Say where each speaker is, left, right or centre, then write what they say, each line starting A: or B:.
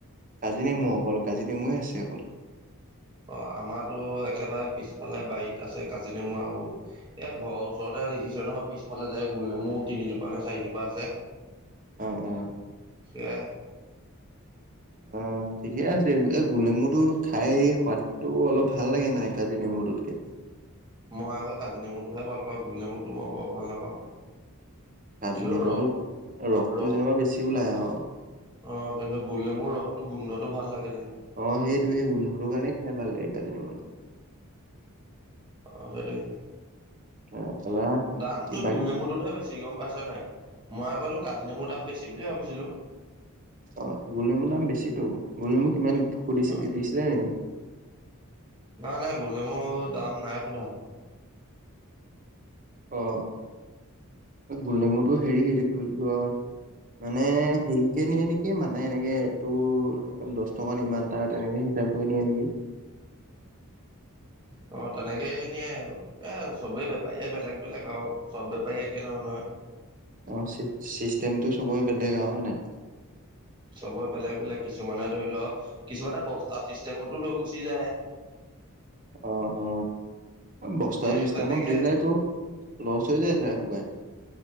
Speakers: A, on the right; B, on the right.
A: কাজী নেমু অকল কাজী নেমুৱে আছে অকল
B: অ আমাৰটো একেবাৰে পিছফালে বাৰীত আছে কাজিনেমু আৰু এই ঘৰৰ ওচৰতে দেখিছ নহয় পিছফালে যায় গুল নেমু তিনিজোপা নে চাৰিজোপা আছে।
A: অ অ
B: সেইয়াই
A: অ ঠিকে আছে এই গোল নমুটো খাই সোৱাদটো অলপ ভাল লাগে মানে কাজি নেমুটোতকে।
B: মই আকৌ কাজি নেমুটোহে ভাল পাওঁ গোল নেমুটো মই বৰ ভাল নাপাওঁ।
A: কাজি
B: কিন্তু
A: নেমু
B: ৰস
A: ৰসটো
B: ৰস
A: যেনিবা বেছি ওলায় আৰু।
B: অ কিন্তু গুল নেমু ৰসটো গোন্ধটো ভাল লাগে যেনিবা।
A: অ সেইটো সেই গোন্ধটো কাৰণেই খাই ভাল লাগে কাজিনেমু টো।
B: অ সেইটোৱে
A: অ তাৰপা
B: দামটো
A: বাক
B: গোল নমুটোতহে বেছি গম পাইছ নাই মই আকো কাজি নেমুৰ দাম বেছি বুলিয়ে ভাবিছিলো।
A: অ গোল নেমুৰ নাম বেছিতো গোল নমু কিমান সুধিছে
B: অ
A: দিছিলে নি
B: নাই নাই গল নাই মোৰ। দাম নাই সোধা।
A: অ গোলনেমুটো হেৰিতি কি বুলি কয় মানে হেৰিকে নিয়ে নেকি মানে এনেকে তোৰ দহ টকাত ইমানটা তেনেকে কিতাপ কৈ নিয়ে নেকি।
B: <unintelligible> অ তেনেকে এ নিয়ে এ চবে বেপাৰীয়ে বেলেগ বেলেগ আৰু চব বেপাৰী একে নহয় নহয়।
A: অ চিষ্টেমটো চবৰে বেলেগ আৰু হয় নাই।
B: চবৰে বেলেগ বেলেগ কিছুমানে ধৰি লওক কিছুমানে বস্তা চিষ্টেমতো লৈ গুচি যায়। <unintelligible>
A: অ অ বস্তা
B: এ
A: চিষ্টেমত
B: তেনেকে
A: দিলেতো লচ হৈ যায় চাগে সপাই।